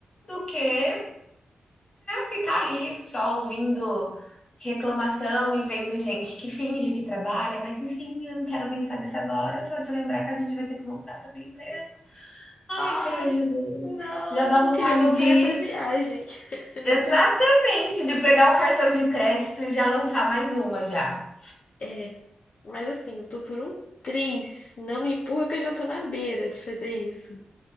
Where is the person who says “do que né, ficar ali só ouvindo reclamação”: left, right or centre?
Left